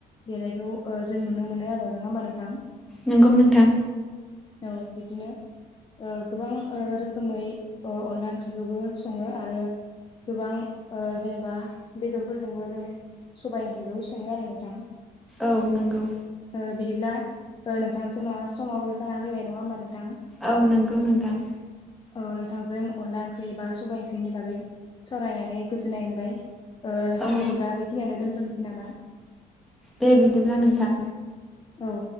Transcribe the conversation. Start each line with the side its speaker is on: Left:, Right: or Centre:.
Left: देनायखौ ओ‌ जों नुनो मोनो आरो नङा होमबा नोंथां
Centre: नंगौ नोंथां
Left: औ बिदिनो ओ‌ गोबां ओ रोखोमै ओ अनला ओंख्रिखौबो सङो आरो गोबां ओ जेनेबा बेदरफोरजोंबो जों सबाय ओंख्रिखौ सङो आरो नोंथां
Centre: औ नंगौ
Left: ओ बिदिब्ला ओ नोंथां जोंना समाबो जाना फैबाय नङा होमबा नोंथां
Centre: औ नंगौ नोंथां
Left: औ नोंथांजों अनला ओंख्रि बा सबाय ओंख्रिनि बागै सावरायनानै गोजोननाय मोनबाय ओ नोंथां
Centre: औ
Left: बिदिब्ला बेखिनियावनो दोनथ'नोसै नामा
Centre: दे बिदिब्ला नोंथां
Left: औ